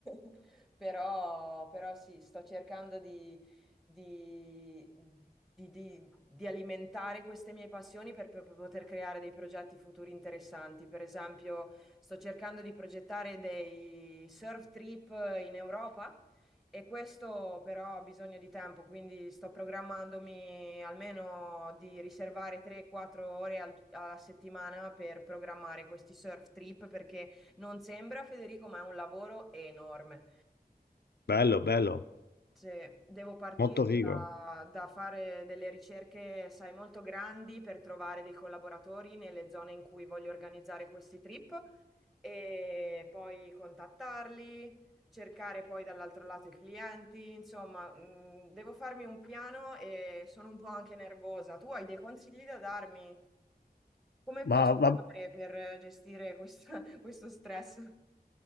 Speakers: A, in the centre; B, on the left.
A: <laughs> però, però sì, sto cercando di di, di- di- di alimentare queste mie passioni per, per poter creare dei progetti futuri interessanti. Per esempio, sto cercando di progettare dei surf trip in Europa. E questo però ha bisogno di tempo, quindi sto programmandomi almeno di riservare 3-4 ore al- alla settimana per programmare questi surf trip perché non sembra, Federico, ma è un lavoro enorme.
B: Bello, bello,
A: Se devo partire
B: molto
A: da,
B: figo.
A: da fare delle ricerche, sai, molto grandi per trovare dei collaboratori nelle zone in cui voglio organizzare questi trip e poi contattarli, cercare poi dall'altro lato i clienti, insomma, mh, devo farmi un piano e sono un po' anche nervosa. Tu hai dei consigli da darmi? Come
B: Ma,
A: posso
B: ma-
A: fare per gestire questa- <laughs> questo stress?